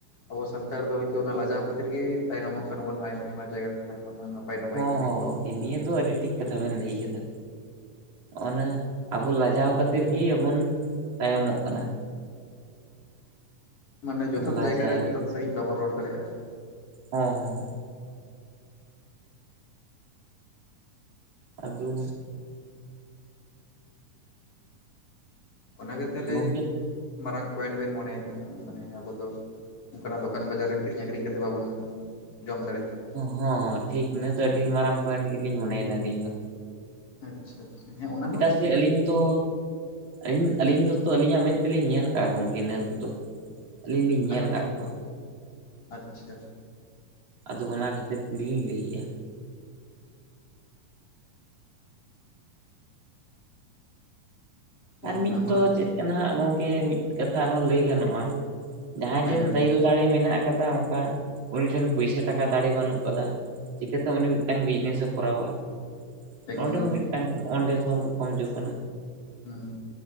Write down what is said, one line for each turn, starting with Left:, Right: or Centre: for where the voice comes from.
Left: ᱟᱵᱚ ᱥᱟᱱᱛᱟᱲ ᱫᱚ ᱦᱤᱛᱳᱜ ᱚᱱᱟ ᱞᱟᱡᱟᱣ ᱠᱷᱟᱛᱤᱨ ᱜᱮ ᱛᱟᱭᱱᱚᱢᱚᱜ ᱠᱟᱱᱟ ᱵᱚᱱ ᱟᱭᱢᱟ ᱟᱭᱢᱟ ᱡᱟᱭᱜᱟ ᱠᱷᱚᱱᱟ ᱟᱭᱢᱟ ᱟᱭᱢᱟ ᱱᱟᱯᱟᱭ
Right: ᱦᱚᱸ
Left: ᱠᱟᱹᱢᱤ
Right: ᱦᱚᱸ
Left: ᱠᱷᱚᱱ
Right: ᱜᱚᱝᱠᱮ ᱱᱤᱭᱟᱹ ᱫᱚ ᱟᱹᱰᱤ ᱴᱷᱤᱠ ᱠᱟᱛᱷᱟ ᱵᱮᱱ ᱞᱟᱹᱭ ᱠᱟᱫᱟ᱾ ᱚᱱᱟ ᱟᱵᱚ ᱞᱟᱡᱟᱣ ᱠᱷᱟᱹᱛᱤᱨ ᱜᱮ ᱟᱵᱚᱱ ᱛᱟᱭᱚᱢᱚᱜ ᱠᱟᱱᱟ᱾
Left: ᱢᱟᱱᱮ ᱡᱚᱛᱷᱟᱛ
Right: ᱞᱟᱡᱟᱣ
Left: ᱡᱟᱭᱜᱟ ᱨᱮ ᱡᱚᱛᱷᱟᱛ ᱥᱟᱹᱦᱤᱡ ᱵᱟᱵᱚᱱ ᱨᱚᱲ ᱫᱟᱲᱮᱭᱟᱜᱼᱟ᱾
Right: ᱦᱮᱸ ᱦᱮᱸ᱾ ᱟᱫᱚ
Left: ᱚᱱᱟᱜᱮ ᱛᱟᱦᱚᱞᱮ
Right: ᱜᱚᱝᱠᱮ
Left: ᱢᱟᱨᱟᱝ ᱯᱚᱭᱮᱱᱴ ᱵᱮᱱ ᱢᱚᱱᱮᱭᱮᱫᱟ ᱢᱟᱱᱮ ᱟᱵᱚ ᱫᱚ ᱚᱱᱠᱟᱱᱟᱜ ᱫᱚᱠᱟᱱ ᱵᱟᱡᱟᱨ ᱨᱮ ᱠᱤᱨᱤᱧ ᱟᱠᱷᱨᱤᱧ ᱠᱟᱛᱮᱫ ᱵᱟᱵᱚᱱ ᱡᱚᱢ ᱫᱟᱲᱮᱜ ᱠᱟᱱᱟ᱾
Right: ᱦᱚᱸ ᱴᱷᱤᱠ ᱤᱱᱟᱹ ᱫᱚ ᱟᱹᱰᱤ ᱢᱟᱨᱟᱝ ᱯᱚᱭᱮᱱᱴ ᱜᱮᱞᱤᱧ ᱢᱚᱱᱮᱭᱮᱫᱟ ᱟᱹᱞᱤᱧ ᱫᱚ᱾
Left: ᱟᱪᱪᱷᱟ ᱟᱪᱷᱟ ᱦᱮᱸ ᱟᱱᱟ
Right: ᱪᱮᱫᱟᱜ ᱥᱮ ᱟᱹᱞᱤᱧ ᱛᱚ ᱟᱹᱞᱤᱧ ᱟᱹᱞᱤᱧ ᱫᱚ ᱛᱚ ᱟᱹᱞᱤᱧᱟᱜ ᱢᱮᱫ ᱛᱮᱞᱤᱧ ᱧᱮᱞ ᱟᱠᱟᱫᱼᱟ ᱜᱚᱝᱠᱮ ᱱᱟᱹᱣ ᱠᱫᱚ᱾ ᱟᱹᱞᱤᱧ ᱞᱤᱧ ᱧᱮᱞ
Left: ᱟᱪᱪᱷᱟ
Right: ᱟᱠᱟᱫ ᱠᱚᱣᱟ᱾
Left: ᱟᱪᱪᱷᱟ᱾
Right: ᱟᱫᱚ ᱚᱱᱟ ᱠᱷᱟᱹᱛᱤᱨ ᱛᱤᱞᱤᱧ ᱞᱟᱹᱭᱮᱜᱼᱟ᱾
Left: ᱦᱮᱸ
Right: ᱟᱨ
Left: ᱚᱱᱟ
Right: ᱢᱤᱫ
Left: ᱢᱟ
Right: ᱫᱚ
Left: ᱦᱮᱸᱜᱮ
Right: ᱪᱮᱫ ᱠᱟᱱᱟ ᱦᱟᱸᱜ ᱜᱚᱝᱠᱮ ᱢᱤᱫ ᱠᱟᱛᱷᱟ ᱟᱨᱦᱚᱸ ᱞᱟᱹᱭ ᱜᱟᱱᱚᱜᱼᱟ᱾ ᱡᱟᱦᱟᱸᱭ
Left: ᱦᱮᱸ
Right: ᱴᱷᱮᱱ ᱫᱤᱞ ᱫᱟᱹᱞ ᱫᱟᱲᱮ ᱢᱮᱱᱟᱜ ᱟᱠᱟᱫᱟ ᱚᱱᱠᱟ ᱩᱱᱤ ᱴᱷᱮᱱ ᱯᱚᱭᱥᱟ ᱴᱟᱠ ᱠᱟ ᱫᱟᱲᱮ ᱵᱟᱹᱱᱩᱜ ᱟᱠᱟᱫᱟ, ᱪᱤᱠᱟᱹᱛᱮ ᱩᱱᱤ ᱢᱤᱫᱴᱟᱝ ᱵᱤᱡᱽᱱᱮᱥᱮ ᱠᱚᱨᱟᱣᱟ᱾
Left: ᱮᱠᱫᱚᱢ
Right: ᱱᱚᱸᱰᱮ ᱦᱚᱸ
Left: ᱮᱠᱫᱚᱢ
Right: ᱢᱤᱫᱴᱟᱝ ᱚᱸᱰᱮ ᱛᱮᱦᱚᱸ ᱠᱚᱢ ᱡᱚ ᱠᱟᱱᱟ᱾
Left: ᱦᱩᱸ᱾